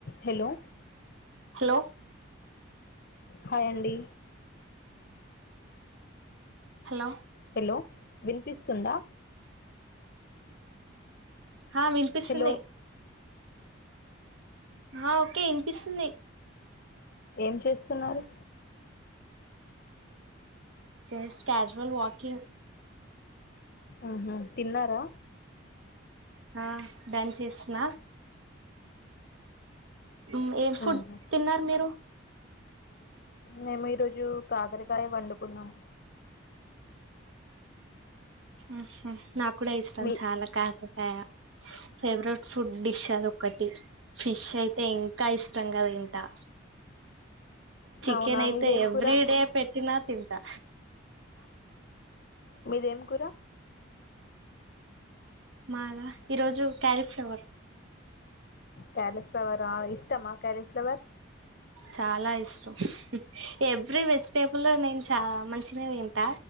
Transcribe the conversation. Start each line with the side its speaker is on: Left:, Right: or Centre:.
Left: Hello
Right: hello
Left: hi అండి
Right: hello
Left: hello వినిపిస్తుందా
Right: హ వినిపిస్తుంది
Left: హలో
Right: ఆ ఓకే యినిపిస్తుంది
Left: ఏం చేస్తున్నారు
Right: జస్ట్ క్యాజువల్ వాకింగ్
Left: ఆహా తిన్నారా
Right: హా డన్ చేస్తున్న ఉమ్ ఎం ఫుడ్
Left: ఆహా
Right: తిన్నారు మీరు
Left: మేము ఈరోజు కాకరకాయ వండుకున్నాం
Right: ఉహుమ్ నాకూడా ఇష్టం
Left: మీ
Right: చాలా కాకరకాయ ఫేవరెట్ ఫుడ్ డిష్ అదొక్కటి ఫిష్ అయితే ఇంకా ఇష్టంగ తింటా చికెన్
Left: అవునా
Right: అయితే
Left: మీదేం
Right: ఎవ్రీడే
Left: కూర
Right: పెట్టినా తింటా
Left: మీదెం కూర
Right: మాదా ఈరోజు క్యాలిఫ్లవర్
Left: క్యాలీఫ్లవరా ఇష్టమా క్యాలిఫ్లవర్
Right: చాలా ఇష్టం ఎవ్రీ వెజిటేబుల్ లో నేను చా మంచి గనే తింటా